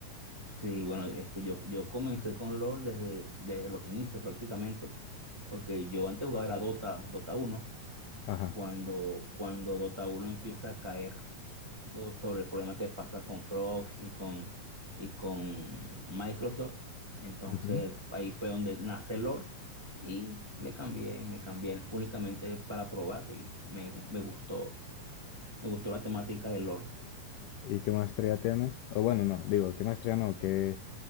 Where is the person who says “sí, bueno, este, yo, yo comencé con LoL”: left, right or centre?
Right